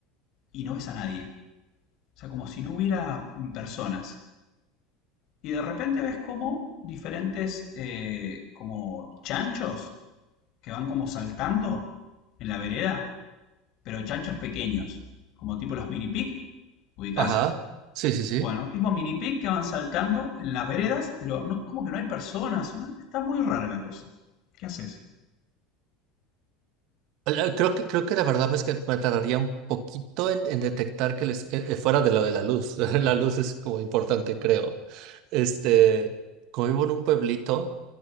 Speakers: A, on the left; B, on the right.
A: y no ves a nadie, o sea, como si no hubiera personas. Y de repente ves como diferentes, eh, como chanchos que van como saltando en la vereda, pero chanchos pequeños, como tipo los mini pig, ¿ubicás?
B: ajá. Sí, sí, sí.
A: Bueno, tipo mini pic que van saltando en las veredas, pero no, como que no hay personas. ¿no? Está muy rara la cosa. ¿Qué haces?
B: Eh, Creo que, creo que la verdad es que me tardaría un poquito en, en detectar que les, eh, eh, fuera de lo de la luz. <laughs> La luz es como importante, creo. Este, como vivo en un pueblito.